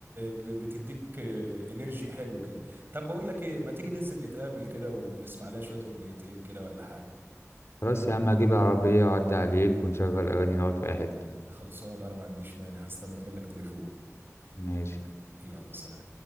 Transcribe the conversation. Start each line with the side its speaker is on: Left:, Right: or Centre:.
Right: ب... بتديك آه، انرجي حلو كده طب بقول لك ايه ما تيجي ننزل نتقابل كده ونسمع لها شويه اغنيتين كده ولا حاجه
Left: خلاص يا عم هجيب العربية واعدي عليك ونشغل اغاني نقعد في اي حتة
Right: خلصان انا ما عنديش مانع هستنى منك تليفون
Left: ماشي
Right: يلا سلام